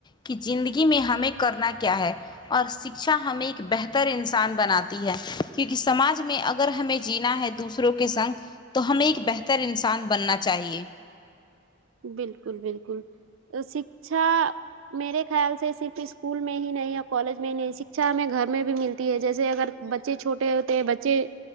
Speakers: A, on the left; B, on the right.
A: کہ زندگی میں ہمیں کرنا کیا ہے اور شکچھا ہمیں ایک بہتر انسان بناتی ہے کیونکہ سماج میں اگر ہمیں جینا ہے دوسروں کے سنگ تو ہمیں ایک بہتر انسان بننا چاہیے
B: بالکل بالکل شکچھا میرے خیال سے صرف اسکول میں ہی نہیں کالج میں ہی نہیں شکچھا ہمیں گھر میں بھی ملتی ہے جیسے اگر ب بچے چھوٹے ہوتے ہیں بچے